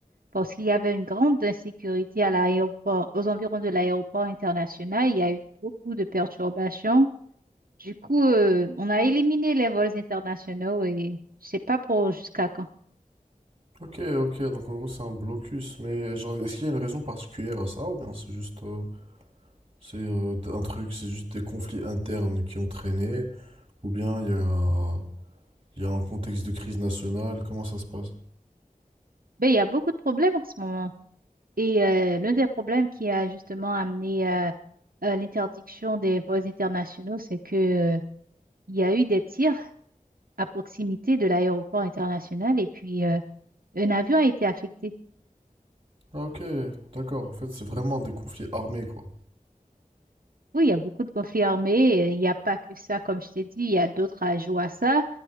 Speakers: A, on the right (about 80°); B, on the right (about 40°).
A: parce qu'il y avait une grande insécurité à l'aéroport, aux environs de l'aéroport international. Il y a eu beaucoup de perturbations. Du coup, euh, on a éliminé les vols internationaux et je sais pas pour jusqu'à quand.
B: Ok, ok, donc en gros c'est un blocus, mais genre, est-ce qu'il y a une raison particulière à ça ou bien c'est juste euh, c'est euh, un truc, c'est juste des conflits internes qui ont traîné ou bien il y a, il y a un contexte de crise nationale, comment ça se passe?
A: Mais il y a beaucoup de problèmes en ce moment. Et euh, l'un des problèmes qui a justement amené à à l'interdiction des vols internationaux, c'est que euh, il y a eu des tirs à proximité de l'aéroport international et puis euh, un avion a été affecté.
B: Ah, ok, d'accord. En fait, c'est vraiment des conflits armés, quoi.
A: Oui, il y a beaucoup de conflits armés. euh, Il n'y a pas que ça, comme je t'ai dit, il y a d'autres ajouts à ça.